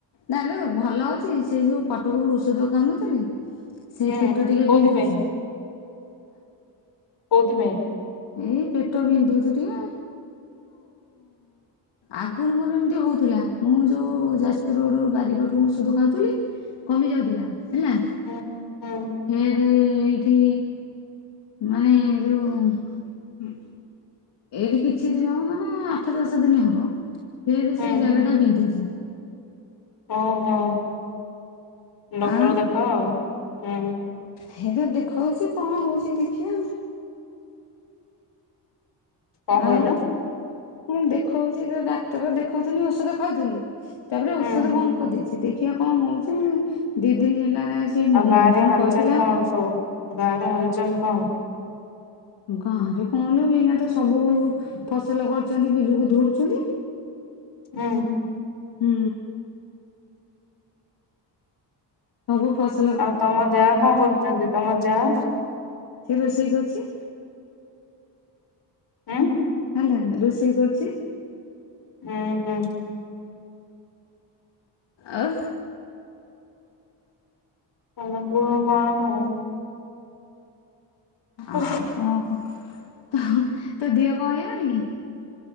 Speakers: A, on the left; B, on the left.
A: ନାଲେ ଭଲ ଅଛି ସେଇ ଯୋଉ କଟକରୁ ଔଷଧ ଖାଉନଥିଲି ସେଇ
B: ହୁଁ
A: ପେଟ ଟିକେ
B: କୋଉଥିପାଇଁ
A: ବିନ୍ଧୁଚି।
B: କୋଉଥି ପାଇଁ?
A: ଏଇ ପେଟ ବିନ୍ଧୁଚି ଟିକେ। ଆଗଗରୁ ମୋର ଏମତି ହେଉଥୁଲା ମୁଁ ଯୋଉ ଯାଜପୁର ରୋଡ଼ରୁ ବାରିକଠୁଁ ଓଷଧ ଖାଉଥୁଲି କମି ଯାଉଥୁଲା ହେଲା
B: ହୁଁ। ହୁଁ
A: ଫେରେ ଏଇଠି ମାନେ ଯୋଉ ହୁଁ। ଏଇଠି କିଛି ଦିନ ହବ ମାନେ ଆଠ ଦଶ ଦିନ ହବ ଫେରେ
B: ହୁଁ
A: ସେଇ ଜାଗାଟା ବିନ୍ଧୁଚି।
B: ଓହୋ ଡକ୍ଟର
A: ଆଉ
B: ଦେଖାଅ ଆଉ ହୁଁ।
A: ହେ ତ ଦେଖୋଉଚି କଣ ହୋଉଚି ଦେଖିିଆ।
B: କଣ କହିଲ?
A: ଆଉ ମୁଁ କଇନି ଦେଖୋଉଚି ତ ଡାକ୍ତର ଦେଖୋଉଥୁନି ଔଷଧ ଖାଉଥୁନି ତାପରେ ଔଷଧ
B: ହୁଁ
A: ବନ୍ଦ କରିଦେଇଚି ଦେଖିଆ କଣ ହୋଉଚି ମୁଁ ଦିଇ ଦିନ ହେଲା ସେଇ ମୋ
B: ଆଉ ଗାଁରେ
A: ଜଣେ
B: ହାଲଚାଲ
A: କହିଥିଲା
B: କଣ ସବୁ ଗାଁରେ ହାଲଚାଲ କଣ?
A: ଗାଁରେ କଣଲୋ ଏଇନା ତ ସବୁ ଫସଲ କରୁଚନ୍ତି ବିଲକୁ ଧୋଉଡୁଚନ୍ତି।
B: ନା?
A: ହୁଁ। ସବୁ ଫସ୍
B: ଆଉ ତମ ଯାଆ କଣ କରୁଚନ୍ତି ତମ ଯାଆ?
A: ସିଏ ରୋଷେଇ କରୁଚି।
B: ଆଁ?
A: ଆଲାରା ରୋଷେଇ କରୁଚି।
B: ହୁଁ ହୁଁ।
A: ଆଉ
B: ତମେ କୁହ କଣ ଆଉ।
A: ଆ
B: ଉଫ୍
A: କଣ କ ତୋ ତୋ ଦେହ କଣ ହେଇଲାଣି କି?